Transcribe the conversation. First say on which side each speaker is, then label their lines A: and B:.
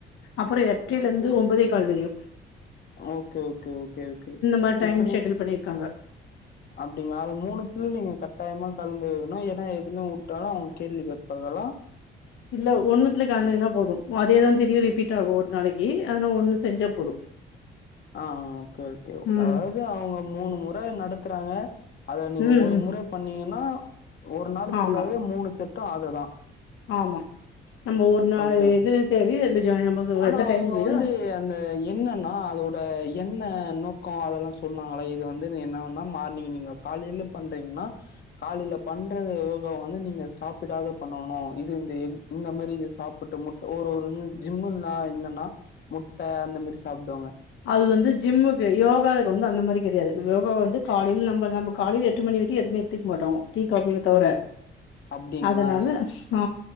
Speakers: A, on the left; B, on the left.
A: அப்பறம் எட்றைல இருந்து ஒன்பதே கால் வறையு
B: ஓகே ஓகே ஓகே ஓகே
A: மாரி டைம்
B: இப்ப நீ
A: ஷெட்யூல் பண்ணிருக்காங்க
B: அப்டி அது மூணுத்தியு நீங்க கட் டைமுக்கு கெளம்பி வரனு ஏன்னா எதுல விட்டாலு அவங்க கேள்வி கேப்பாங்களா
A: இல்ல ஒண்ணுத்துல கலந்துங்கன்னா போது அதேதா திரியு ரிப்பீட் ஆகு ஒரு நாளைக்கு அதனால ஒண்ணு செஞ்சா போது
B: ஆ ஓகே ஓகே
A: ம்
B: அதாது அவுங்க மூணு முற நடத்துறாங்க அத நீங்க
A: ம்
B: ஒரு
A: ம்
B: முற பண்ணீங்கன்னா ஒரு நாள் ஃபுல்லாவே
A: ஆமா
B: மூணு செட் ட்டு அத தா
A: ஆமா நம்ம ஒரு நாள்
B: ஓகே
A: எது தேவையோ எது ஜாயின் நமக்கு
B: ஆனா
A: எந்த டைம்
B: அவுங்க
A: முடியுதோ
B: வந்து அந்த என்னன்னா அதோட என்ன நோக்க அதெல்லா சொன்னாங்கள இது வந்து என்னா மார்னிங் நீங்க காலையில பண்றீங்கன்னா காலையில பண்ற யோகாவ வந்து நீங்க சாப்பிடாத பண்ணணு இது இந்த இந்த மாரி இ சாப்பிட்டு முட் ஒரு ஒரு ஜிம்முன்னா என்னன்னா முட்ட அந்த மாரி சாப்பிடுவாங்க
A: அது வந்து ஜிம்முக்கு யோகாக்கு வந்து அந்த மாரி கெடையாது யோகா வந்து கால நம்ம நம்ம காலையில எட்டு மணிவரையு எதுமே எத்துக்க மாட்டோ டீ காபிய‌ தவற
B: ம். அப்டிங்களா?
A: அதனால ஆ